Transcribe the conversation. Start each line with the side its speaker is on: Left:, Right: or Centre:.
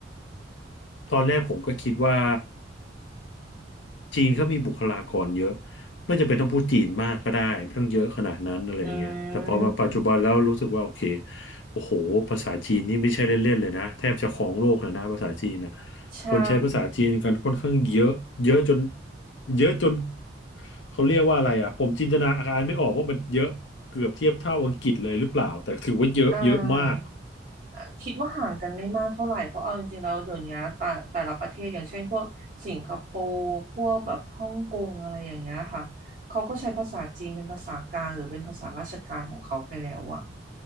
Left: ตอนแรกผมก็คิดว่า จีนเขามีบุคลากรเยอะไม่จำเป็นต้องพูดจีนมากก็ได้ไม่ต้องเยอะขนาดนั้นอะไรอย่างเงี้ยแต่พอมาปัจจุบันแล้วรู้สึกว่าโอเค
Right: อืม
Left: โอ้โหภาษาจีนนี่ไม่ใช่เล่นๆเลยนะแทบจะครองโลกเลยนะภาษาจีนนะ
Right: ใช่
Left: คนใช้ภาษาจีนกันค่อนข้างเยอะเยอะจนเยอะจนเขาเรียกว่าอะไรอ่ะผมจินตนาการไม่ออกว่ามันเยอะเกือบเทียบเท่าอังกฤษเลยหรือเปล่าแต่ถือว่าเยอะเยอะมาก
Right: อ่าคิดว่าห่างกันไม่มากเท่าไหร่เพราะเอาจริงๆแล้วเดี๋ยวนี้แต่แต่ละประเทศอย่างเช่นพวกสิงคโปร์พวกแบบฮ่องกงอะไรอย่างเงี้ยค่ะเขาก็ใช้ภาษาจีนเป็นภาษากลางหรือเป็นภาษาราชการของเขาไปแล้วอะ